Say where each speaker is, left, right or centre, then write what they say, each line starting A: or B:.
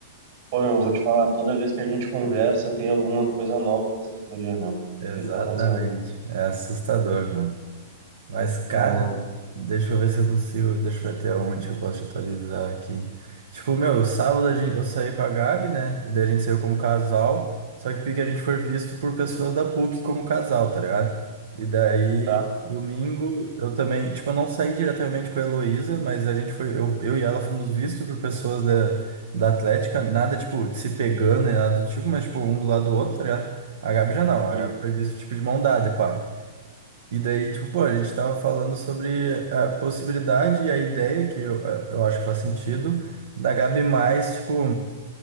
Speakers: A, on the right; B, on the right.
A: Pô, meu, eu vou te falar, toda vez que a gente conversa, tem alguma coisa nova com essas gurias, meu. O
B: Exatamente.
A: que que tá acontecendo? O
B: É assustador, mano. Mas,
A: que
B: cara,
A: que tá rolando?
B: Deixa eu ver se eu consigo. Deixa eu ver até onde que eu posso te atualizar aqui. Tipo, meu, sábado a gente, eu saí com a Gabi, né? E daí a gente saiu como casal. Só que pique a gente foi visto por pessoas da PUC como casal, tá ligado? E daí,
A: Tá.
B: domingo, eu também. Tipo, eu não saí diretamente com a Heloísa, mas a gente foi. Eu, eu e ela fomos vistos por pessoas da, da Atlética. Nada, tipo, de se pegando e nada do tipo, mas, tipo, um do lado do outro, tá ligado? A Gabi já não.
A: Hum,
B: A Gabi foi visto, tipo, de mão dada, e pá. E daí, tipo, pô, a gente tava falando sobre a possibilidade e a ideia, que eu, eu acho que faz sentido, da Gabi mais, tipo,